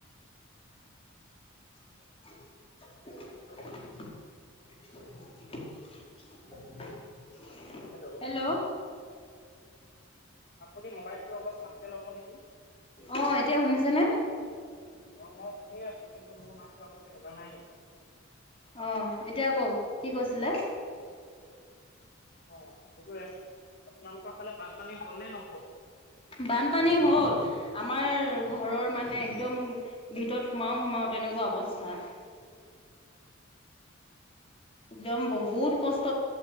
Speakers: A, on the left; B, on the left.
A: <inaudible>
B: <inaudible>
A: <unintelligible>
B: <inaudible>
A: হেল্ল'।
B: হেল্ল'।
A: আপুনি মোবাইলটো অলপ ভালকে ল'ব নেকি?
B: অ', এতিয়া শুনিছনে?
A: অ', মই শুনিয়ে আছো কিন্তু মোৰ মাতটো আপুনি শুনা নাই নেকি?
B: অ', এতিয়া কওক কি কৈছিলে?
A: <unintelligible> আপোনালোকৰ ফালে বানপানী হলেই নহওঁক।
B: বানপানী হ'ল, আমাৰ ঘৰৰ মানে একদম ভিতৰত সোমাও সোমাও তেনেকুৱা অৱস্থা। একদম বহুত কষ্ট